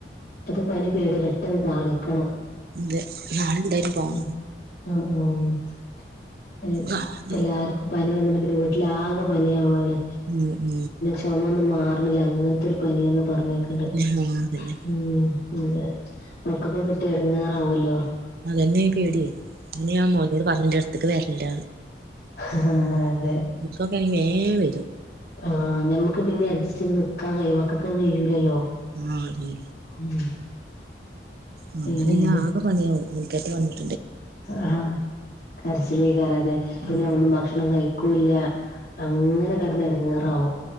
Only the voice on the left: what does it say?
പ്പത്തെ പനി പേടി പെട്ടെന്ന് കാണിക്കണം.
ഉം ആഹ് ആഹ്
അപ്പ
എല്ലാർക്കും പനി വന്നിട്ട് പിന്നെ വീട്ടിൽ ആകെ പനിയാവാണ്
ചുമ ഒന്ന് മാറണില്ല അങ്ങനത്തെ ഒരു പനിയാന്ന് പറഞ്ഞേക്കണ്ട്
ഉം അതെ നമക്കൊക്കെ കിട്ടി ഇടങ്ങാറാവുല്ലോ
ആഹ് ആഹ് അതെ
ആഹ് ഞമ്മക്ക് പിന്നെ അഡ്ജസ്റ്റ് ചെയ്ത് നിക്കാൻ കഴിയും മക്കൊക്കെ കഴിയൂലല്ലോ
ഉം
പേടിയാണ്
ആഹ് കരച്ചിലേ കാരം അത്
പിന്നെ ഒന്നും ഭക്ഷണം കഴിക്കൂല്ല അങ്ങനെ കിടന്ന് എടങ്ങേറാവും